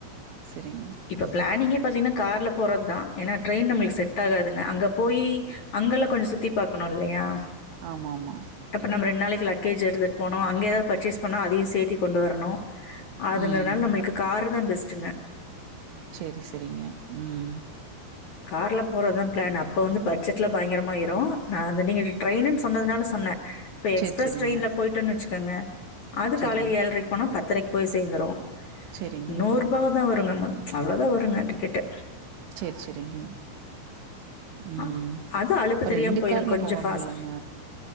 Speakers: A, on the right; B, on the left.
A: செரிங்க
B: இப்ப பிளானிங்கே பாத்தீங்கன்னா கார்ல போறது தா ஏன்னா ட்ரெயின் நம்மளுக்கு
A: ஓ!
B: செட் ஆகாதுங்க அங்கே போய் அங்கெல்லா கொஞ்ச சுத்தி பாக்கணு இல்லையா
A: ஆம்மாமா
B: அப்போ நம் ரெண் நாளைக்கு லகேஜ் எடுத்ட்டு போனு அங்க எதாவது பர்ச்சேஸ் பண்ணா அதையு சேத்தி கொண்டு வரணு அதுங்கறனால
A: ம்.
B: நம்மளுக்கு காரு தா பெஸ்ட்டுங்க
A: சேரி சேரிங்க உம்
B: கார்ல போறதா ப்ளான் அப்போ வந்து பட்ஜெட்லா பயங்கரமா ஏரு நா நீங்க ட்ரெயினு சொன்னதுனால சொன்னே இப்ப எக்ஸ்பிரஸ்
A: சரி, சரிங்க.
B: ட்ரெயின்ல போய்டோன்னு வெச்சுக்கோங்க அது
A: சரிங்
B: காலைல் ஏழரைக்கு போனா பத்தரைக்கு போய் சேந்துரு
A: சரிங்க.
B: நூர் ரூபாதா வருங் நம்ம அவ்ளோதா வருங்க டிக்கெட்டு
A: சேரி சேரிங்க உம்
B: அ அது அலுப்பு
A: அப்போ
B: தெரியாம
A: ரெண்டு
B: போயிரும்
A: கார்ல
B: கொஞ்சம்
A: போகோணுமல்லங்க
B: ஃபாஸ்ட்